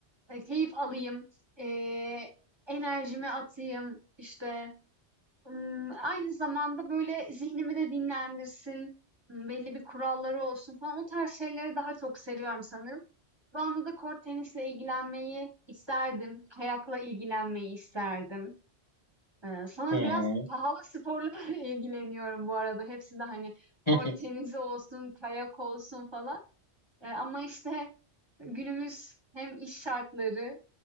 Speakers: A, on the right; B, on the left.
A: e, keyif alayım, eee, enerjimi atayım işte. Hmm, Aynı zamanda böyle zihnimi de dinlendirsin, hmm, belli bir kuralları olsun falan o tarz şeyleri daha çok seviyorum sanırım. Şu anda da kort tenisle ilgilenmeyi isterdim, kayakla ilgilenmeyi isterdim. Ee, sanırım
B: hı hı,
A: biraz pahalı sporlarla <laughs> ilgileniyorum bu arada. Hepsi de hani kort
B: hı hı.
A: tenisi olsun, kayak olsun falan. Ee, ama işte günümüz hem iş şartları